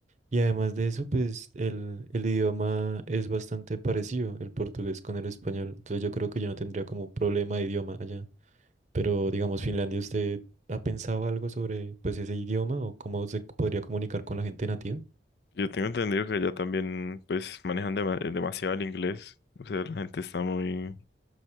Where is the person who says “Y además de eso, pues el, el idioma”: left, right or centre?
Right